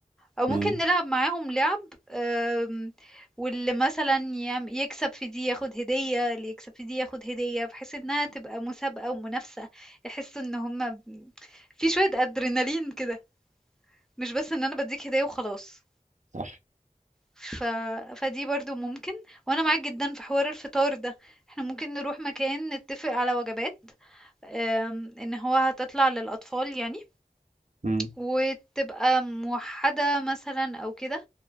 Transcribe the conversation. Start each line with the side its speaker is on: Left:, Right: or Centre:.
Centre: او ممكن
Right: امم
Centre: نلعب معاهم لعب آم، واللي مثلا يعم- يكسب في دي ياخد هدية اللي يكسب في دي ياخد هدية بحيث انها تبقى مسابقة ومنافسة يحسوا ان هما ب- في شوية ادرينالين كده مش بس ان انا بديك هدية وخلاص
Right: صح
Centre: ف... فدي برضو ممكن وانا معاك جدا في حوار الفطار ده احنا ممكن نروح مكان نتفق على وجبات آم، ان هو هتطلع للاطفال يعني
Right: امم
Centre: وتبقى موحدة مثلا او كده